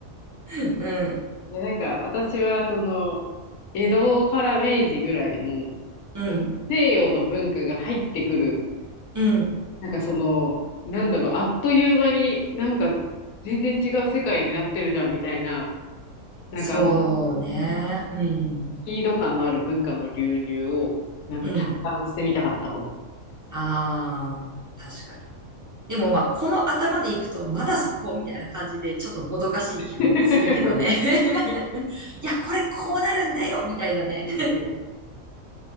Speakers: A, on the right; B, on the left.
A: <laughs> うん、
B: いや、なんか私はその、江戸から明治ぐらいの、
A: うん、
B: その西洋の文化が入ってくる
A: うん。
B: なんかその、なんだろう、あっという間になんか全然違う世界になってるじゃんみたいな、なんかあの、
A: そうね。うん、
B: スピード感のある文化の流入をなんか体感してみたかったかも。
A: うん。ああ、確かに。でもまあ、この頭でいくと、まだそこみたいな感じで、ちょっともどかしい気もするけどね。
B: <laughs>
A: <laughs> いや、これこうなるんだよみたいなね。
B: うんうん <laughs>